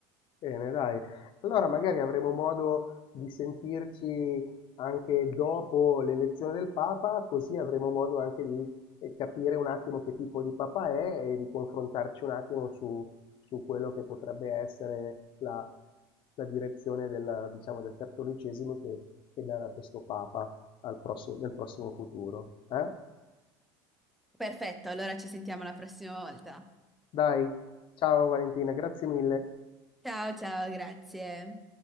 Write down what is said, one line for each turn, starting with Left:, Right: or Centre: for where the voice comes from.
Left: Bene, dai. Allora magari avremo modo di sentirci anche dopo l'elezione del Papa, così avremo modo anche di eh, capire un attimo che tipo di Papa è e di confrontarci un attimo su, su quello che potrebbe essere la, la direzione della- diciamo, del cattolicesimo che, che darà questo Papa al prossimo- nel prossimo futuro. eh?
Centre: Perfetto, allora ci sentiamo la prossima volta.
Left: Dai, ciao Valentina, grazie mille.
Centre: Ciao, ciao, grazie.